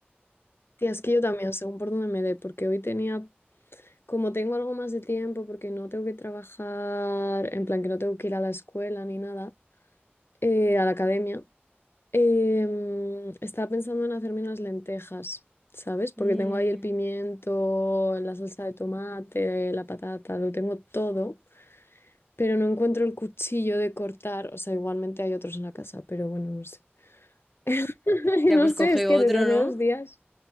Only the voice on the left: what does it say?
tía, es que yo también, según por dónde me dé, porque hoy tenía, como tengo algo más de tiempo, porque no tengo que trabajar, en plan que no tengo que ir a la escuela ni nada, eh, a la academia, em, estaba pensando en hacerme unas lentejas. ¿sabes? Porque
tengo ahí el pimiento, la salsa de tomate, la patata, lo tengo todo. pero no encuentro el cuchillo de cortar. O sea, igualmente hay otros en la casa, pero bueno, no sé. <laughs>
No
sé,
es que
desde hace
dos días.